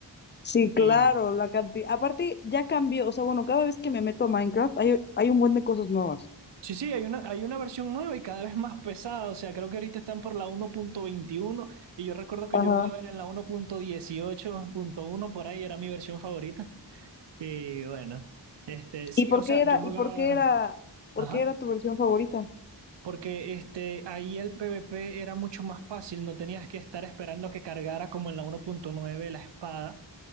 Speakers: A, on the left; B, on the right.
A: Sí, claro,
B: Y
A: la cantidad. Aparte, ya cambió, o sea, bueno, cada vez que me meto a Minecraft hay, hay un buen de cosas nuevas.
B: sí, sí, hay una, hay una versión nueva y cada vez más pesada. O sea, creo que ahorita están por la uno punto veintiuno y yo recuerdo que
A: Ajá.
B: yo jugaba era en la uno punto punto dieciocho punto uno por ahí, era mi versión favorita. Y bueno, este, sí,
A: ¿Y por
B: o sea,
A: qué era,
B: yo
A: y
B: jugaba,
A: por qué era, por
B: ajá,
A: qué era tu versión favorita?
B: porque este, ahí el PvP era mucho más fácil, no tenías que estar esperando que cargara como en la uno punto nueve la espada,